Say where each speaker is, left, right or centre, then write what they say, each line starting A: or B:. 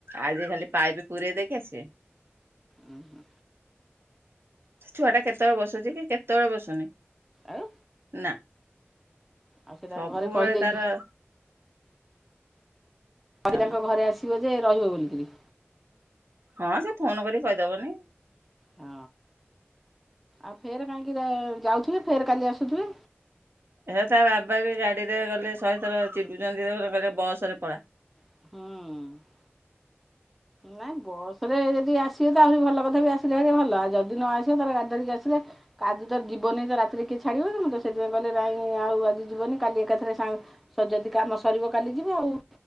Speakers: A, on the right (about 60°); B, in the centre.
A: ଆଜି ଖାଲି ପାଇପ ପୁରରେଇ ଦେଇକି ଆସିବେ।
B: ଉଁ ହୁଁ
A: ଛୁଆଟା କେତେବେଳେ ବସୁଛିକି କେତେବେଳେ ବସୁନି।
B: ଆଉ
A: ନାଁ
B: ଆଉ ସେ ତାଙ୍କ
A: ସବୁବେଳେ
B: ଘରେ କହିଦେଇକି
A: ତାର
B: କାଲି
A: କାମ।
B: ତାଙ୍କ ଘରେ ଆସିବ ଯେ ରହିବ ବୋଲିକିରି
A: ହଁ ସେ ଫୋନ କରି କହିଦବନି
B: ହଁ ଆଉ ଫେରେ କାହିଁକି ଯାଉଥିବେ ଫେରେ କାଲି ଆସୁଥିବେ
A: ଏଵେ ତା ବାବାବି ଗାଡିରେ ଗଲେ ଶହେ ଥର ଚିଡୁଛନ୍ତି କହିଲେ ବସରେ ପଳା।
B: ହଁ ନାଇଁ ବସରେ ଯଦି ଆସିବେ ତ ଆହୁରି ଭଲ କଥା ବି ଆସିଲେ ଆହୁରି ଭଲ ଆଉ ଯଦି ନ ଆସିବ ତାହେଲେ ଗାଡି ଧରିକି ଆସିଲେ କାଲି ତ ଯିବନି ତ ରାତିରେ କିଏ ଛାଡିବନି ମୁଁ ତ ସେଥିପାଇଁ କହିଲେ ନାଇଁ ଆଉ ଆଜି ଯିବନି କାଲି ଏକାଥରେ ସାଙ୍ଗ ସ ଯଦି କାମ ସରିବ କାଲି ଯିବ ଆଉ।